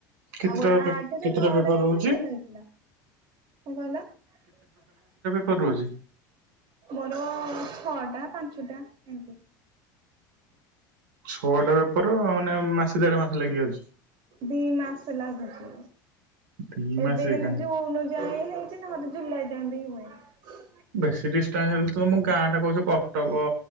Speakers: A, on the right; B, on the right.
A: କେତେଟା
B: ଆଉ ଗୋଟେ
A: ପେ
B: ଆଠରେ
A: କେତେଟା
B: ନଅ
A: ପେପର
B: ରେ ହେଇଥିଲେ
A: ରହୁଛି
B: ଭଲ ହେଇଥିଲା । କଣ କହିଲ
A: ପର ରହୁଯି।
B: ମୋର ଛଅଟା ପାଞ୍ଚଟା ଏମତି ।
A: ଛଅଟା ବେପାର ମାନେ ମାସେ ଦେଢ ମାସ ଲାଗିଯାଉଛି ।
B: ଦି ମାସ ଲାଗୁଛି
A: ଦି ମାସ
B: ଏବେ
A: ଏକାନେ।
B: କେନ୍ତୁ ଜୁନ ଯାଏ ହେ ଚିଂ ତମର ଜୁଲାଇ ଯାଏଁ ବି ହୁଏ ।
A: ବେଶୀ ଡିଷ୍ଟାନ୍ସ ହେଲେ ତୁମ ଗାଁ ଟା କହୁଛ କଟକ